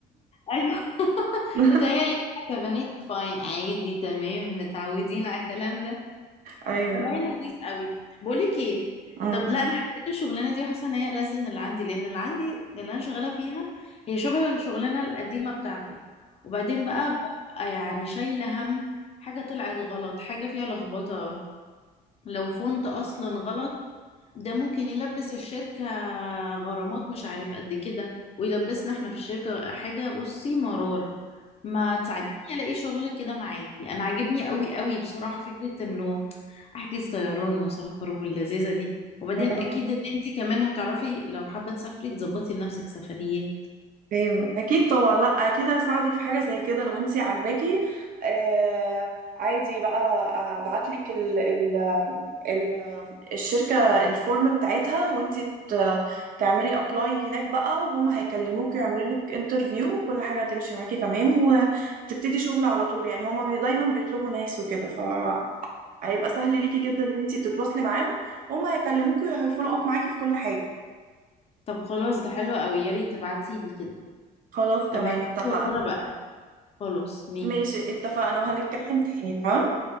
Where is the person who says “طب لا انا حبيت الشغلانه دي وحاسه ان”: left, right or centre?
Left